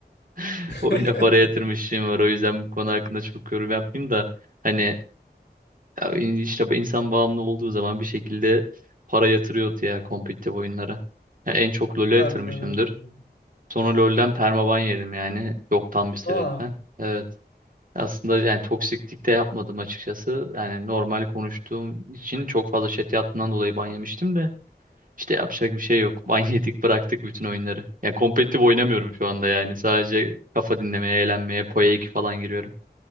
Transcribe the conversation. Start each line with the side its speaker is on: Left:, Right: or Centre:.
Right: <laughs> oyuna
Left: <laughs>
Right: para yatırmışım var. O yüzden bu konu hakkında çok yorum yapmayayım da hani ya in- işte insan bağımlı olduğu zaman bir şekilde para yatırıyordu ya kompetitif oyunlara. Ya en çok LoL'e yatırmışımdır.
Left: Harbiden öyle oluyordu.
Right: Sonra LoL'den permaban yedim yani yoktan bir sebepten.
Left: Aa
Right: Evet. Aslında yani toksiklik de yapmadım açıkçası. Yani normal konuştuğum için çok fazla chat yaptığından dolayı ban yemiştim de. İşte yapacak bir şey yok. <laughs> Ban yedik bıraktık bütün oyunları. Yani kompetitif oynamıyorum şu anda yani. Sadece kafa dinlemeye, eğlenmeye, PoE 2 falan giriyorum.